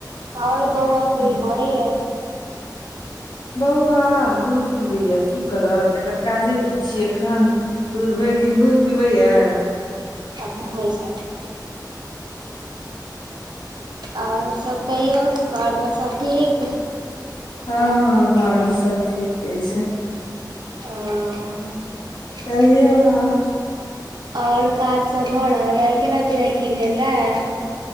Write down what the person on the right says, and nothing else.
और बौवा
कि करै यैऽ?
आ घुमै छैत, और सब? कहियौ, घर में सब ठीक?
अऽ।
और काज सब भऽ रहल अई? खेनाई पिनाई की भेल रहैऽ?